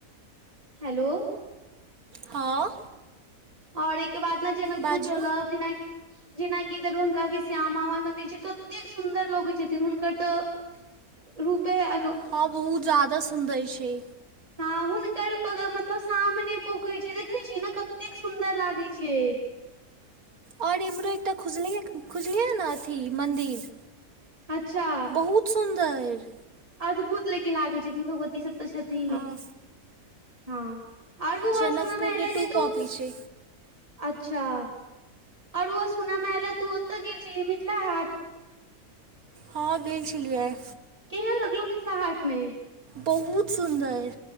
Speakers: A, on the right; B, on the right.
A: हेलो
B: हँ
A: आओर एहिके बाद न जनकपुर
B: बाजू
A: चलब जेनाकि जेनाकि दरभंगा के श्यामा माइ मंन्दिर छै कतेक सुन्दर लगै छथिन हुनकर तऽ रूपे अन
B: हँ बहुत जादा सुन्दर छै
A: हँ हुनकर मतलब सामने पोखरि छै देखने छियै न कतेक सुन्दर लागै छै
B: आओर इम्हरो एकटा खुजलैया खुजलैया न अथी मन्दिर
A: अच्छा
B: बहुत सुन्दर
A: अद्भुत लेकिन लागै छथिन भगवती सब तऽ छथिने
B: आ
A: हँ आर बौआ
B: जनकपुरके
A: सुनमे एलै
B: टू
A: जे तू
B: कॉपी छै
A: अच्छा आओर बौआ सुन मे ऐलान जे तू ओतऽ गेल छलही मिथिला हाट
B: हँ गेल छलिया आई
A: केहन लगलौ मिथिला हाट मे
B: बहुत सुन्दर